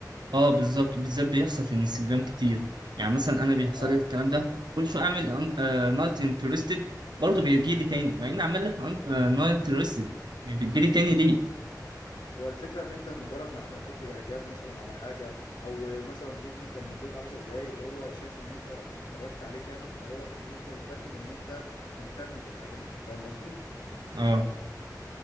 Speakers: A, on the right; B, on the left.
A: اه بالظبط بالذات بيحصل في الانستجرام كتير يعني مثلا انا بيحصل
B: اه
A: لي الكلام ده كل شويه اعمل نوت انترستد برضه بيجي لي تاني مع اني عمال لك نوت انترستد يعني بتجي لي تاني ليه
B: هو الفكرة إن أنت مجرد ما عملت إعجاب مثلا على حاجة أو مثلا فيديو كان مدته 10 دقايق هو شاف إن أنت اتفرجت عليه كامل فهو بيبدأ يترجم إن أنت مهتم بالحاجة دي فاهم قصدي؟
A: اه